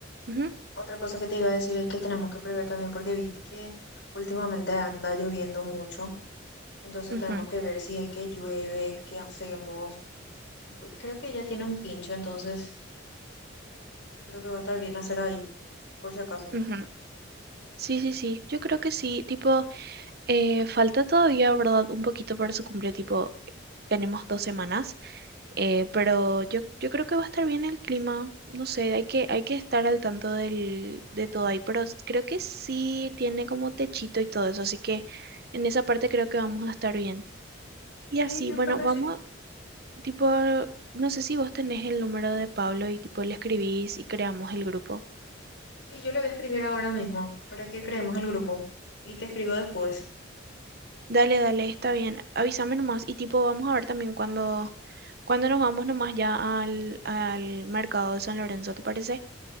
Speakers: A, on the right; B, on the left.
A: Ujú,
B: otra cosa que te iba a decir es que tenemos que prever también, porque viste que últimamente anda lloviendo mucho, entonces
A: ujú,
B: tenemos que ver si es que llueve, qué hacemos. Creo que ella tiene un quincho, entonces creo que va a estar bien hacer ahí, por si acaso.
A: ujú. Sí, sí, sí, yo creo que sí, tipo, eh, falta todavía, ¿verdad? Un poquito para su cumple, tipo, tenemos dos semanas. Eh, pero yo, yo creo que va a estar bien el clima. No sé, hay que, hay que estar al tanto del, de todo ahí. Pero s- creo que sí tiene como techito y todo eso. Así que en esa parte creo que vamos a estar bien. Y
B: Sí,
A: así,
B: yo
A: bueno,
B: creo que
A: vamos,
B: sí.
A: tipo, no sé si vos tenés el número de Pablo y tipo le escribís y creamos el grupo.
B: Sí, yo le voy a escribir ahora mismo para que creemos el grupo. Y te escribo después.
A: Dale, dale, está bien. Avísame nomás. Y tipo, vamos a ver también cuando, cuando nos vamos nomás ya al, al mercado de San Lorenzo, ¿te parece?